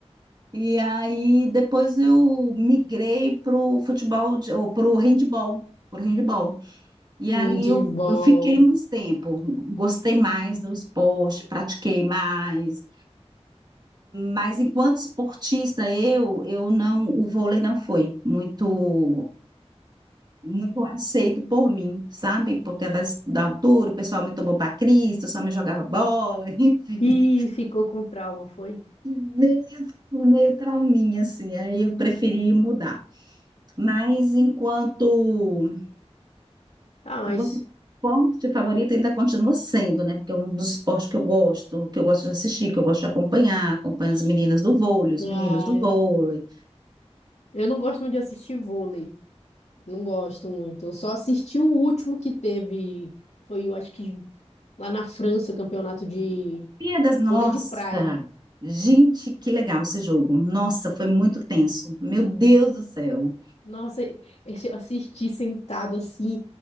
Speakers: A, on the right (about 40°); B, on the left (about 80°).
A: E aí depois eu migrei pro futebol de, ou pro handball, pro handball. E
B: Handball.
A: ali eu, eu fiquei mais tempo, gostei mais do esporte, pratiquei mais. Mas enquanto esportista eu, eu não, o vôlei não foi muito muito aceito por mim, sabe? Porque das- da altura o pessoal me tomou para Cristo, só me jogava bola, <laughs> enfim.
B: Ih, ficou com trauma, foi?
A: Meio, meio trauminha, assim. Aí eu preferi mudar. Mas enquanto,
B: Ah, mas.
A: enquanto esporte favorito ainda continua sendo, né? Porque é um dos esportes que eu gosto, que eu gosto de assistir, que eu gosto de acompanhar. Acompanho as meninas do vôlei, os
B: Ah,
A: meninos do
B: eu
A: vôlei.
B: eu não gosto muito de assistir vôlei. Não gosto muito. Eu só assisti o último que teve. Foi, eu acho que lá na França, o campeonato de
A: Olimpíadas, nossa!
B: vôlei de praia.
A: Gente, que legal esse jogo. Nossa, foi muito tenso. Meu Deus do céu.
B: Nossa, e- esse- eu assisti sentado assim,